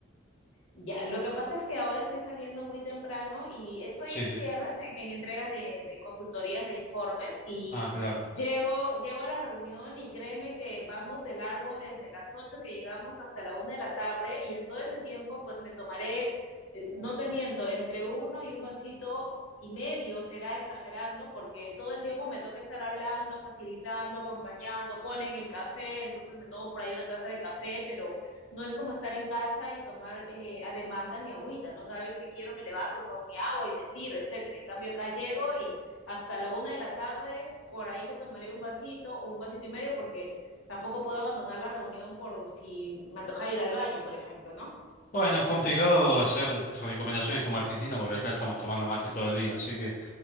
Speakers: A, on the left (about 85°); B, on the left (about 45°).
A: Ya, lo que pasa es que ahora estoy saliendo muy temprano y estoy
B: Sí,
A: en
B: sí.
A: cierres, en, en entregas de, de consultorías, de informes y
B: Ah, claro.
A: llego, llego a la reunión y créeme que vamos de largo desde las 8 que llegamos hasta la una de la tarde y en todo ese tiempo pues me tomaré, eh, no te miento, entre uno y un vasito y medio será exagerando porque todo el tiempo me toca estar hablando, facilitando, acompañando, ponen el café, entonces me tomo por ahí una taza de café, pero no es como estar en casa y tomar eh, a demanda mi agüita, ¿no? Cada vez que quiero me levanto, tomo mi agua y me estiro, etcétera. En cambio, acá llego y hasta la una de la tarde, por ahí que tomaré un vasito o un vasito y medio, porque tampoco puedo abandonar la reunión por si me antoja ir al baño, por ejemplo, ¿no?
B: Bueno, es complicado hacer recomendaciones como argentino porque acá estamos tomando mate todo el día, así que